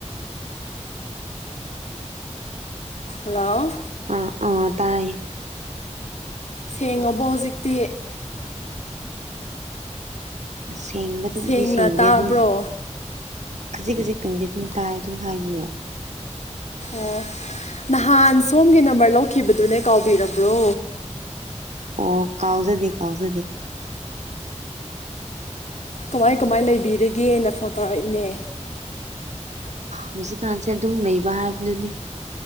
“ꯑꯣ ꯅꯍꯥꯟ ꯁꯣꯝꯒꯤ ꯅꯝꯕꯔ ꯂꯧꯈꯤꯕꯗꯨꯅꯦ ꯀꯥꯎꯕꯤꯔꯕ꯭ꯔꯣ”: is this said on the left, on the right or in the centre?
Left